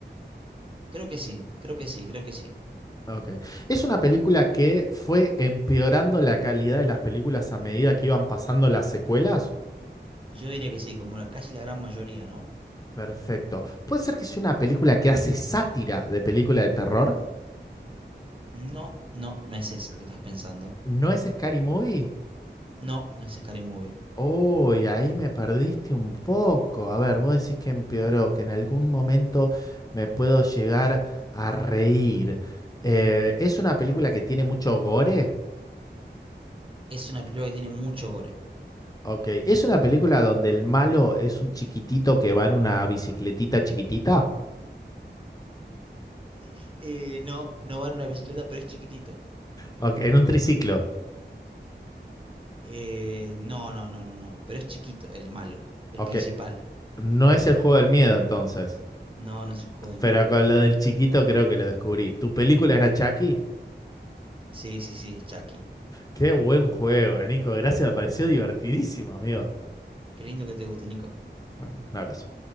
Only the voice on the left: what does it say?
Ok. Es una película que fue empeorando la calidad de las películas a medida que iban pasando las secuelas.
Perfecto. ¿Puede ser que sea una película que hace sátira de película de terror?
¿No es Scary Movie?
Uy, ahí me perdiste un poco. A ver, vos decís que empeoró, que en algún momento me puedo llegar a reír. Eh, ¿es una película que tiene mucho gore?
Ok, ¿es una película donde el malo es un chiquitito que va en una bicicletita chiquitita?
Ok, en un triciclo.
Ok,
no es el juego del miedo entonces.
Pero con lo del chiquito creo que lo descubrí. ¿Tu película era Chucky?
Qué buen juego, Nico. Gracias, me pareció divertidísimo, amigo.
Vale, un abrazo.